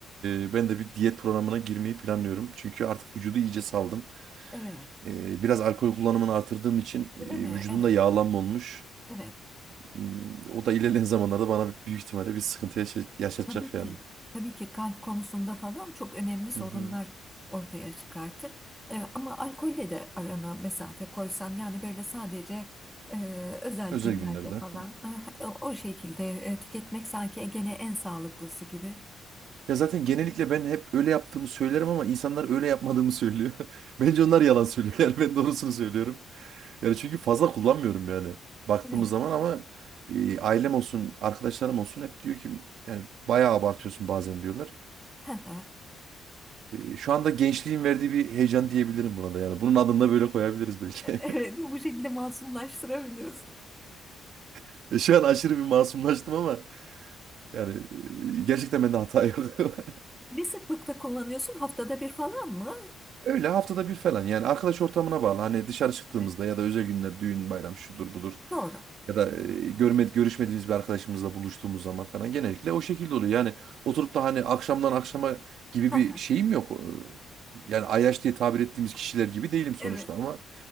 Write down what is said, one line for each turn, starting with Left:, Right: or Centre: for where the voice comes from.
Right: e, ben de bir diyet programına girmeyi planlıyorum. Çünkü artık vücudu iyice saldım.
Centre: Evet,
Right: E, biraz alkol kullanımını artırdığım için e,
Centre: değil mi?
Right: vücudumda
Centre: Evet,
Right: yağlanma olmuş.
Centre: evet.
Right: Hmm, O da ilerleyen <laughs> zamanlarda bana büyük ihtimalle bir sıkıntı yaşa- yaşatacak
Centre: Tabii ki,
Right: yani.
Centre: tabii ki kalp konusunda falan çok önemli sorunlar
Right: Hı hı.
Centre: ortaya çıkartır. Ee, ama alkolle de arana mesafe koysan, yani böyle sadece e, özel
Right: Özel
Centre: günlerde
Right: günlerde.
Centre: falan e, o o şekilde e, tüketmek sanki gene en sağlıklısı gibi.
Right: Ya zaten genellikle ben hep öyle yaptığımı söylerim ama insanlar öyle yapmadığımı söylüyor. <laughs> Bence onlar yalan söylüyor. <laughs> Yani ben doğrusunu söylüyorum. Yani çünkü fazla kullanmıyorum yani baktığımız
Centre: Evet,
Right: zaman ama e, ailem olsun, arkadaşlarım olsun hep diyor ki yani bayağı abartıyorsun bazen diyorlar.
Centre: <laughs>
Right: E, şu anda gençliğin verdiği bir heyecan diyebilirim buna da yani. Bunun adını da böyle koyabiliriz belki.
Centre: evet, bu şekilde masumlaştırabiliriz.
Right: <laughs> Şu an aşırı bir masumlaştım ama yani e, gerçekten bende hata yok. <laughs>
Centre: Ne sıklıkta kullanıyorsun? Haftada bir falan mı?
Right: Öyle haftada bir falan yani arkadaş ortamına bağlı. Hani dışarı çıktığımızda
Centre: Evet.
Right: ya da özel günler, düğün, bayram şudur budur.
Centre: Doğru.
Right: Ya da e, görmedi, görüşmediğimiz bir arkadaşımızla buluştuğumuz zaman falan genellikle o şekilde oluyor. Yani oturup da hani akşamdan akşama gibi
Centre: <laughs>
Right: bir şeyim yok. Ee, Yani ayyaş diye tabir ettiğimiz kişiler gibi değilim sonuçta
Centre: Evet.
Right: ama